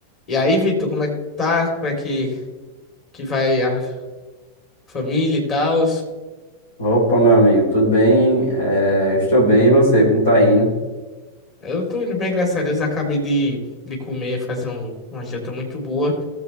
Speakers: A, on the left; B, on the left.
A: E aí, Vitor, como é que tá? Como é que, que vai a família e tal?
B: Opa, meu amigo, tudo bem? Eh, estou bem, e você? Como tá indo?
A: Eu tô indo bem, graças a Deus. Acabei de, de comer, fazer um, uma janta muito boa.